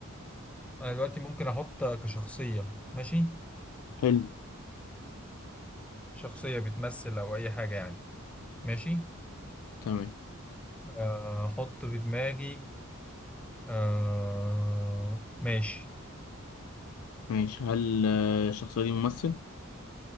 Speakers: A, in the centre; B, on the left.
A: انا دلوقتي ممكن احط كشخصية ماشي
B: حلو
A: شخصية بتمثل او اي حاجة يعني ماشي
B: تمام
A: آه، احط في دماغي أه... ماشي
B: ماشي هل آه، الشخصية دي ممثل